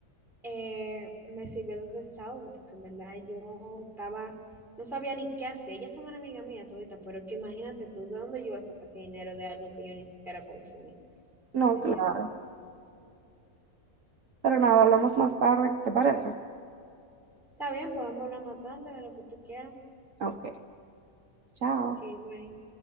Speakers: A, in the centre; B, on the right (about 60°).
A: Eh, me sirvió de desahogo porque en verdad yo estaba, no sabía ni qué hacer. Ellas son una amiga mía todita, pero que imagínate tú de dónde yo iba a sacar ese dinero de algo que yo ni siquiera consumí.
B: No,
A: Es
B: claro.
A: que no.
B: Pero nada, hablamos más tarde, ¿te parece?
A: Está bien, podemos hablar más tarde de lo que tú quieras.
B: Ok, chao.
A: Que bueno.